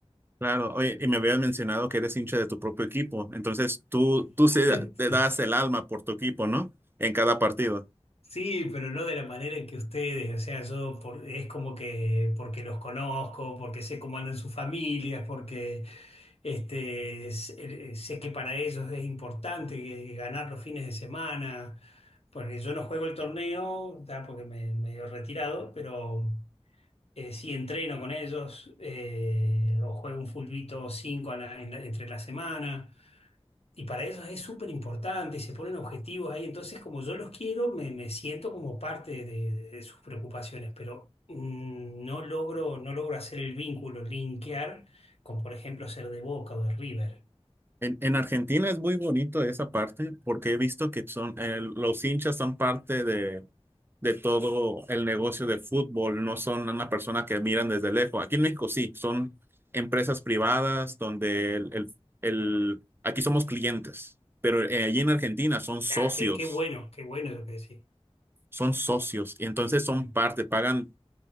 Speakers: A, on the right; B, on the left.
A: claro. Oye, y me habías mencionado que eres hincha de tu propio equipo. Entonces, tú, tú se-
B: <laughs>
A: te das el alma por tu equipo, ¿no? En cada partido.
B: Sí, pero no de la manera en que ustedes, o sea, yo por- es como que porque los conozco, porque sé cómo andan sus familias, porque este, sé, sé que para ellos es importante eh, ganar los fines de semana, porque yo no juego el torneo, ya porque me medio retirado, pero eh, sí entreno con ellos eh, o juego un fulbito 5 entre la semana. Y para ellos es súper importante y se ponen objetivos ahí. Entonces, como yo los quiero, me, me siento como parte de, de sus preocupaciones, pero mm, no logro, no logro hacer el vínculo, linkear con, por ejemplo, ser de Boca o de River.
A: En, en Argentina es muy bonito esa parte porque he visto que son eh, los hinchas son parte de, de todo el negocio de fútbol, no son una persona que miran desde lejos. Aquí en México sí, son empresas privadas donde el, el- el- aquí somos clientes, pero eh, allí en Argentina son socios,
B: Ah, Qué, qué bueno, qué bueno lo que decís.
A: son socios y entonces son
B: Mm,
A: parte, pagan